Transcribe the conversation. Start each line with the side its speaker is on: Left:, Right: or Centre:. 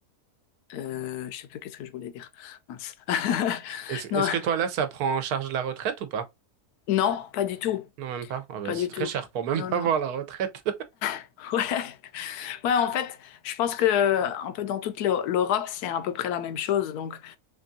Left: euh, je sais plus qu'est-ce que je voulais dire. Mince. <laughs>
Right: Est-ce,
Left: Non,
Right: est-ce que toi, là, ça prend en charge la retraite ou pas?
Left: non, pas du tout,
Right: Non, même pas. Ah bah,
Left: pas du
Right: c'est très
Left: tout.
Right: cher pour même
Left: Non,
Right: <laughs> pas
Left: non.
Right: avoir la retraite.
Left: <laughs> Ouais, ouais. En fait, je pense que un peu dans toute l'Eu- l'Europe, c'est à peu près la même chose. Donc,